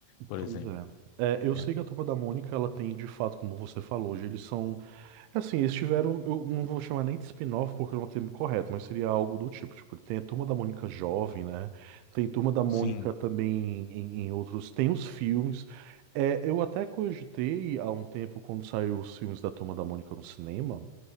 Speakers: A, on the left (about 80°); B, on the right (about 85°).
A: por
B: Pois
A: exemplo.
B: é. É, eu
A: É,
B: sei que a Turma da Mônica, ela tem, de fato, como você falou, hoje eles são Assim, eles tiveram, eu não vou chamar nem de spin-off porque não é o termo correto, mas seria algo do tipo, tipo, tem a Turma da Mônica jovem, né? Tem Turma da Mônica
A: sim,
B: também em, em outros, tem os filmes. É, eu até cogitei há um tempo, quando saiu os filmes da Turma da Mônica no cinema,